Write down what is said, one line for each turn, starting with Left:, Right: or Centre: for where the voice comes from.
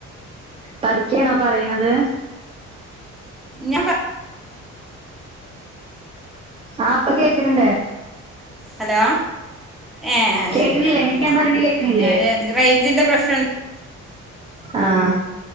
Right: പതുക്കയാണോ പറയണത്
Centre: ഞാൻ
Right: ആഹ് പ്പ കേക്ക്ണ് ണ്ട്
Centre: ഹലോ ഏഹ് അത്
Right: കേക്കണില്ലേ
Centre: ശരി ആഹ്
Right: ങ്ങക്ക്
Centre: ആഹ്
Right: ഞാൻ പറേണ കേക്കണില്ലേ
Centre: ഞാന് റേഞ്ചിന്റെ പ്രശ്നം
Right: ആഹ്